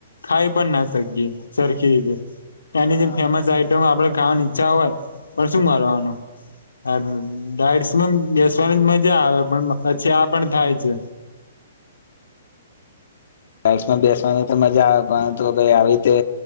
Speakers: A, on the left (about 80°); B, on the left (about 60°).
A: ખાઈ પણ ના શકીએ. સરખી રીતે. ત્યાંની
B: હા
A: જેમ ફેમસ આઈટમ આપડે ખાવાની ઈચ્છા હોય. પણ શું મારવાનું <unintelligible> જ મજા આવે, પણ પછી આ પણ થાય છે.
B: રઇસમા બેસવાની તો મજા આવે. પરંતુ ભાઈ આવી રીતે